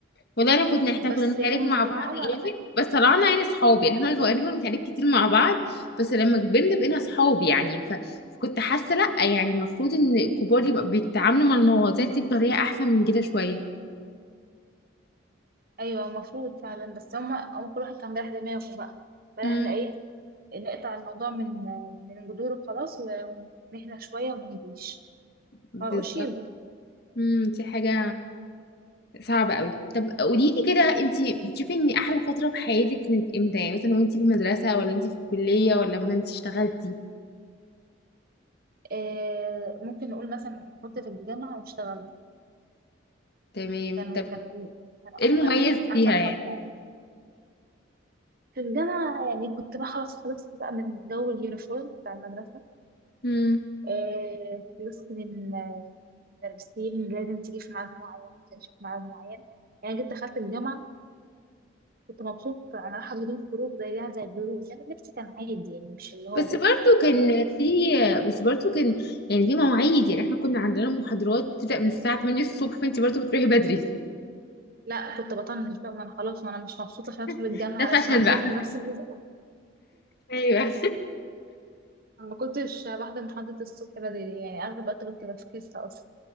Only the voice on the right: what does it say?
بس
يعني هم
بيزعلوا
على فعل
ايوه المفروض فعلا بس هما هو كل واحد كان بيريح دماغه بقى فاحنا
ايه نقطع الموضوع من من جذوره خلاص و- ونهدى شويه وما نجيش
ما بقوش يجوا
آه ممكن نقول مثلا لما كنت في الجامعه واشتغلت
كانوا
كانوا إيه؟ كانوا
احسن
كان احسن
فتره يعني في الجامعه يعني كنت بقى خلاص خلصت بقى من جو اليونيفورم بتاع المدرسه
آه خلصت من آه، المدرسين لازم تيجي في ميعاد معين تمشي في ميعاد معين يعني جيت دخلت الجامعه كنت مبسوطة أنا رايحة بدون خروج زيها زي الدروس أنا لبسي كان عادي يعني مش اللي هو
فاهمة
لا كنت بطنش بقى ما أنا خلاص ما أنا مش مبسوطة عشان أدخل الجامعة
علشان أفضل
<laughs> بنفس النظام
ما كنتش بحضر محاضرة الصبح بدري يعني أغلب الوقت كنت بفكسها أصلا